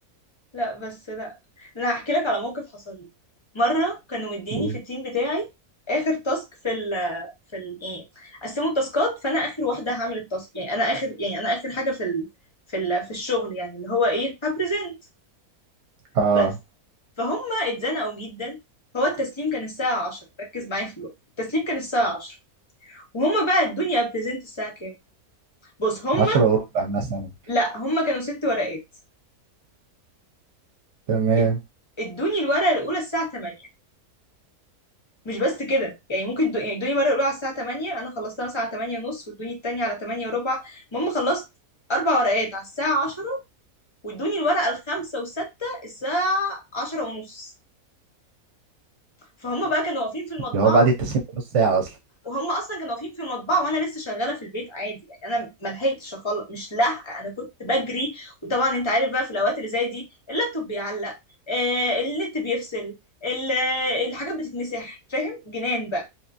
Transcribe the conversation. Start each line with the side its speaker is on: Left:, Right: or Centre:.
Left: لا بس لا انا هحكي لك على موقف حصل لي مره كانوا مديني
Right: و-
Left: في التيم بتاعي اخر تاسك في ال في ال يعني قسموا التاسكات فانا اخر واحده هعمل التاسك يعني انا اخر يعني انا اخر حاجه في ال في ال في الشغل يعني اللي هو ايه هبريزنت
Right: اه
Left: بس فهم اتزنقوا جدا هو التسليم كان الساعه 10 ركز معايا في الوقت التسليم كان الساعه 10 وهم بقى ادوني ابريزنت الساعه كام بص هم
Right: عشرة وربع مثلا
Left: لا هم كانوا ست ورقات
Right: تمام
Left: اد- ادوني الورقه الاولى الساعه 8 مش بس كده يعني ممكن دو... يعني ادوني مره الاولى على الساعه 8 انا خلصتها مثلا على 8 ونص وادوني التانية على 8 وربع المهم خلصت اربع ورقات على الساعه 10 وادوني الورقه الخامسه وستة الساعه 10 ونص فهم بقى كانوا واقفين في المطبعه
Right: اللي هو بعد التسليم بنص ساعة أصلا
Left: وهم اصلا كانوا واقفين في المطبعه وانا لسه شغاله في البيت عادي يعني انا ما لحقتش أخل- مش لاحقه انا كنت بجري وطبعا انت عارف بقى في الاوقات اللي زي دي اللابتوب بيعلق آه النت بيفصل ال- الحاجات بتتمسح فاهم جنان بقى